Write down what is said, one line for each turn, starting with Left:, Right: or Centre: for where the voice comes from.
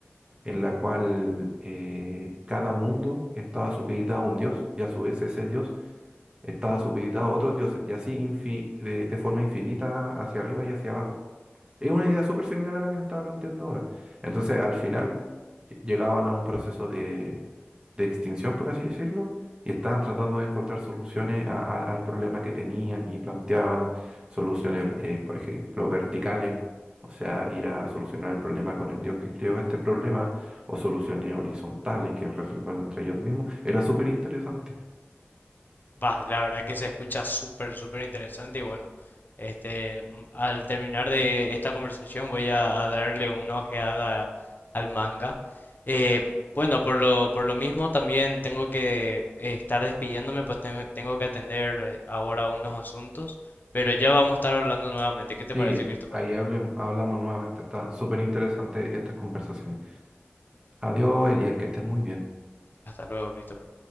Right: en la cual eh, cada mundo estaba supeditado a un dios y a su vez ese dios estaba supeditado a otros dioses, y así infi- de, de forma infinita hacia arriba y hacia abajo. Es una idea súper similar a la que te estaba planteando ahora. Entonces, al final ll- llegaban a un proceso de, de extinción, por así decirlo, y estaban tratando de encontrar soluciones a- a- al problema que tenían y planteaban soluciones, eh, por ejemplo, verticales. O sea, ir a, a solucionar el problema con el dios que creó este problema, o soluciones horizontales que resolverlo entre ellos mismos. Era súper interesante.
Left: Va, la verdad que se escucha súper, súper interesante y bueno, este, al terminar de esta conversación voy a, a darle una ojeada al manga. Eh, bueno, por lo, por lo mismo también tengo que eh, estar despidiéndome, pues tengo, tengo que atender eh, ahora unos asuntos, pero ya vamos a estar hablando nuevamente. ¿Qué te
Right: Sí,
Left: parece, Christopher?
Right: ahí hable- hablamos nuevamente. Está súper interesante estas conversaciones. Adiós, Elías, que estés muy bien.
Left: Hasta luego, Christopher.